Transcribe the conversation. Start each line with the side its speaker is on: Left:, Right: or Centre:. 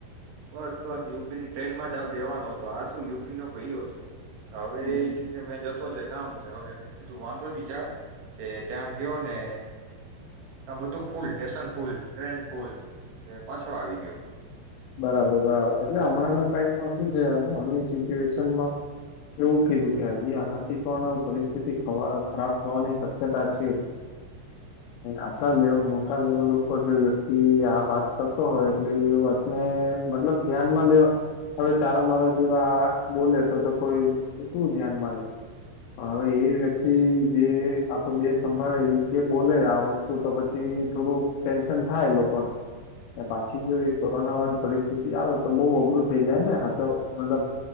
Right: બસ બસ યુપી ની ટ્રેન માં જ આ બેેવાનો હતો. તો આ શું યુપી નો ભાઈઓ છે તો હવે
Left: હમ
Right: એ
Left: હમ.
Right: કે કે મેં જતો છે ગામ હવે મે કીધું વાંધો નહી જા. તે ત્યાં ગયો ને ત્યાં બધું full. Station full train full. એ પાછો આવી ગયો.
Left: બરાબર બરાબર એટલે હમણાંના ટાઈમમાં શું છે વનની સિચ્યુએશનમાં એવું કીધું કે હજી આનાથી પણ પરિસ્થિતિ ખરાબ થવાની શક્યતા છે આટલા લે મોટા લેવલ ઉપર જો વ્યક્તિ આ વાત કરતો હોય એટલે એ વાત. ને મતલબ ધ્યાનમાં લેવા હવે તારા મારા જેવા બોલે તો કોઈ શું ધ્યાનમાં લે પણ હવે એ વ્યક્તિ જે આખો દેહ સંભાળે એ કે બોલે આ વસ્તુ તો પછી થોડું ટેન્શન થાય લોકોને પાછી જો. કોરોના વાળી પરિસ્થિતિ આવે તો બહ અઘરું થઈ જાય ને સાચો મતલબ